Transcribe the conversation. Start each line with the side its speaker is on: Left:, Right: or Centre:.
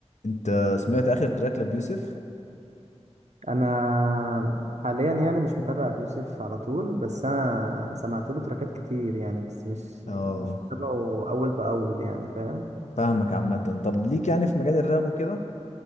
Left: انت سمعت اخر تراك لبيوسف
Right: انا حاليا يعني مش متابع ابي يوسف على طول بس انا سمعت له تراكات كتير يعني بس مش
Left: اه
Right: مش متابعه اول باول يعني فاهم
Left: فاهمك عامة طب ليك يعني في مجال الراب وكده